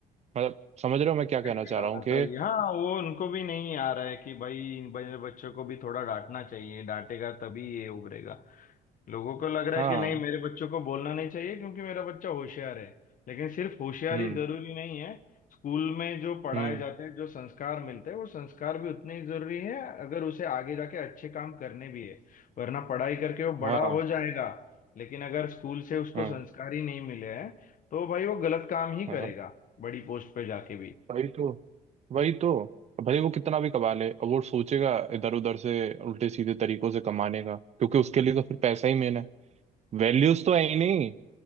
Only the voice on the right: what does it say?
मतलब समझ रहे हो मैं क्या कहना
चाह
रहा हूँ कि
हाँ
हम्म
हम्म
हाँ
हाँ
हाँ
वही तो वही तो भले वो कितना भी कमा ले अब वो सोचेगा इधर उधर से उल्टे सीधे तरीकों से कमाने का क्योंकि उसके लिए तो फिर पैसा ही मेन है वैल्यूज तो है ही नहीं